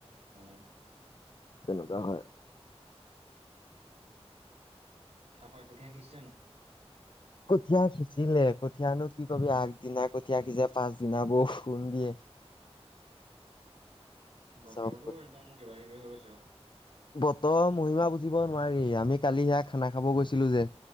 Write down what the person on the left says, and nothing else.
তেনেকুৱা হয়
কঠীয়া সিচিলে কঠিয়ানো কি কবি আগদিনা কঠীয়া সিচে পাছদিনা বৰষুণ দিয়ে।
চব
বতৰ মহিমা বুজিব নোৱাৰি আমি কালি সিয়া খানা খাব গৈছিলো যে।